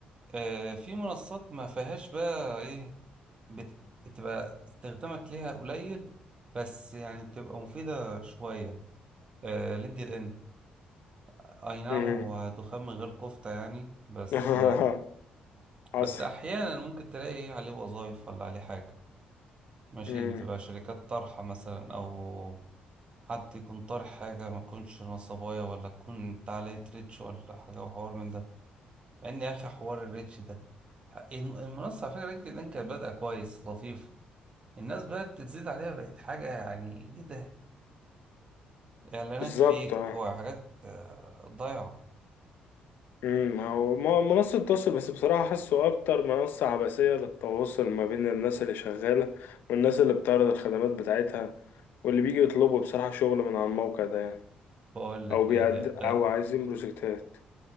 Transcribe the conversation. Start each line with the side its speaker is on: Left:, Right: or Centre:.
Right: آه في منصات ما فيهاش بقى ايه بت- بتبقى استخدامك ليها قليل بس يعني بتبقى مفيدة شوية آه لينكد ان اي نعم
Left: مم.
Right: هو دخان من غير كفتة يعني بس
Left: <laughs> حصل
Right: بس احيانا ممكن تلاقي إيه عليه وظايف ولا عليه حاجة ماشي
Left: مم.
Right: بتبقى شركات طرحة مثلا او حد يكون طارح حاجة ما تكونش نصبايا ولا تكون تعالى ريتش ولا حاجة وحوار من ده مع ان يا اخي حوار الريتش ده الم- المنصة على فكرة لينكد ان كانت بادئة كويس لطيف الناس بدأت تزيد عليها بقت حاجة يعني ايه ده اعلانات
Left: بالظبط
Right: فيك
Left: اه
Right: وحاجات آه، ضايعة
Left: مم. ما هو ما هو منصة تواصل بس بصراحة حاسه أكتر منصة عبثية للتواصل ما بين الناس اللي شغالة والناس اللي بتعرض الخدمات بتاعتها واللي بيجي يطلبوا بصراحة شغل من على الموقع ده يعني
Right: بقول لك
Left: أو بيعد
Right: ايه ده
Left: أو
Right: ده
Left: عايزين بروجكتات